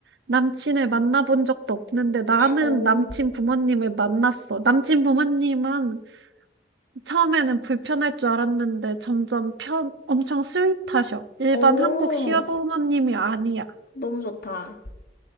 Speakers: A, on the right; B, on the left.
A: 남친을 만나본 적도 없는데 나는
B: 오.
A: 남친 부모님을 만났어. 남친 부모님은 처음에는 불편할 줄 알았는데 점점 편 엄청 스윗하셔. 일반
B: 오,
A: 한국 시어머님이 아니야.
B: 너무 좋다.